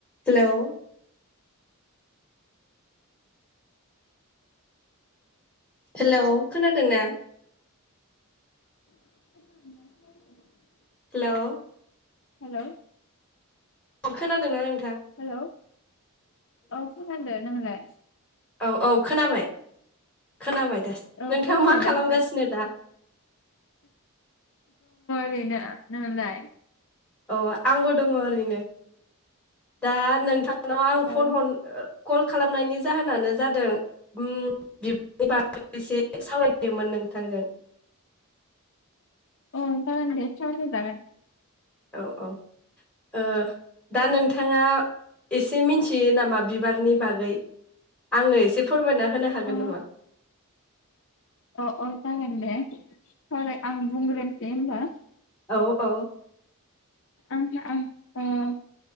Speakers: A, in the centre; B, on the left.
A: हेलौ हेलौ खोनादों ना?
B: <unintelligible>
A: हेलौ
B: हेल'
A: खोनादोंना नों
B: हेलौ औ फैनांगो नोंलाय।
A: औ औ खोनाबाय खोनाबाय दा
B: औ
A: नोंथाङा
B: खोनाबाय
A: मा खालामगासिनो
B: दासो
A: दा?
B: बेनो नोंलाय
A: अ आंबो दङ ओरैनो। दा नोंथांनाव आं फन
B: औ
A: हर कल खालामनायनि जाहोनानो जादों उम बिबनि बागै एसे सावरायनोमोन नोंथांजों।
B: औ जागोन दे <unintelligible> जागोन
A: औ औ ओ दा नोंथाङा एसे मिथियो नामा बिबारनि बागै, आंनो एसे फोरमायना होनो हागोन
B: अ
A: नामा?
B: अ अ जागोनदे देलाय आं बुंग्रोनि दे होनबा?
A: औ औ
B: आंहा आं ओ